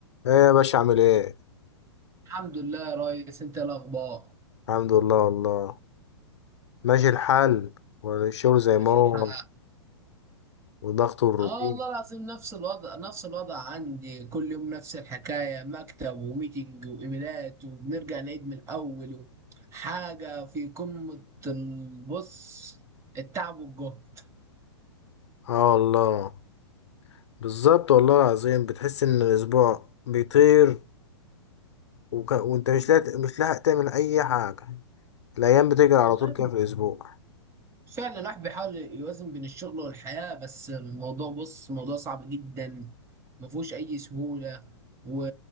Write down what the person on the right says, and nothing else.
الحمد لله يا ريس انت ايه الاخبار
ماشي
الحال
اه والله العظيم نفس الوضع نفس الوضع عندي كل يوم نفس الحكايه مكتب وميتنج وايميلات وبنرجع نعيد من الاول و- حاجه في قمه البص التعب والجهد
والله
فعلا الواحد بيحاول يوازن بين الشغل والحياة بس الموضوع بص موضوع صعب جدا ما فيهوش أي سهولة و...